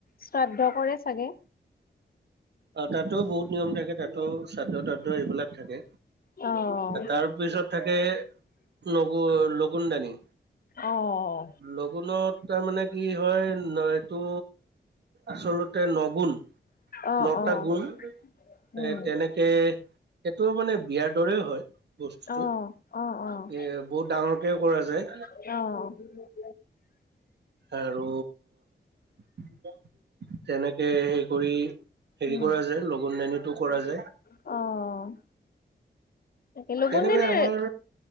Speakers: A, on the left; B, on the right.
A: শ্ৰাদ্ধ কৰে চাগে?
B: অ' তাতো বহুত নিয়ম থাকে তাতো শ্ৰাদ্ধ তাদ্ধ এইবিলাক থাকে।
A: অ',
B: তাৰ পিছত থাকে নগ লগুন দানি।
A: অহ।
B: লগুণত তাৰ মানে কি হয় ন এইটো আচলতে নগুণ
A: অ',
B: নটা
A: অ',
B: গুন
A: উম,
B: এ তেনেকে সেইটো মানে বিয়াৰ দৰে হয় বস্তুটো,
A: অ', অ', অ',
B: এ বহুত ডাঙৰকে কৰা যায়।
A: অ'।
B: আৰু তেনেকে সেই কৰি হেৰি
A: উম,
B: কৰা যায় লগুনদানিটো কৰা যায়।
A: অ'। তাকে লগুনদানি
B: তেনেকে আমাৰ